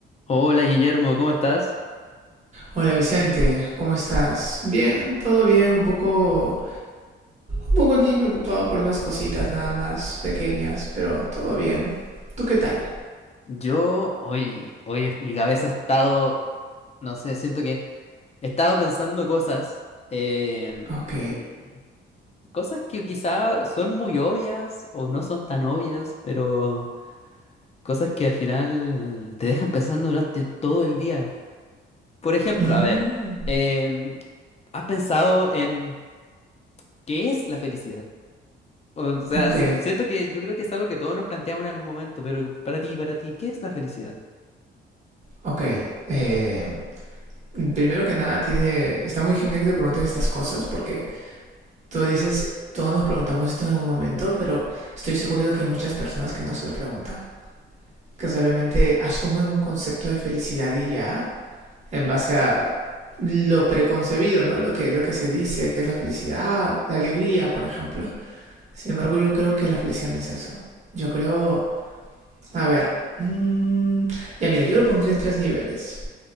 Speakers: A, on the left; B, on the right.
A: Hola Guillermo, ¿cómo estás?
B: Hola Vicente, ¿cómo estás? Bien, todo bien, un poco, un poco aquí preocupado por unas cositas nada más pequeñas, pero todo bien. ¿Tú qué tal?
A: Yo hoy, hoy es- mi cabeza ha estado, no sé, siento que he estado pensando cosas, em,
B: Ok.
A: cosas que quizá son muy obvias o no son tan obvias, pero cosas que al final te dejan pensando durante todo el día. Por ejemplo,
B: Mm,
A: a ver, em, ¿has pensado en qué es la felicidad? O sea,
B: ok,
A: si- siento que yo creo que es algo que todos nos planteamos en algún momento, pero para ti, para ti, ¿qué es la felicidad?
B: ok. Eh, primero que nada, tiene, está muy genial que te preguntes estas cosas porque tú dices, todos nos preguntamos esto en algún momento, pero estoy seguro de que hay muchas personas que no se lo preguntan, que solamente asumen un concepto de felicidad y ya, en base a lo preconcebido, ¿no? Lo que, lo que se dice, que es la felicidad, la alegría, por ejemplo. Sin embargo, yo creo que la felicidad no es eso. Yo creo, a ver, mm, ya mira, yo lo pondría en tres niveles.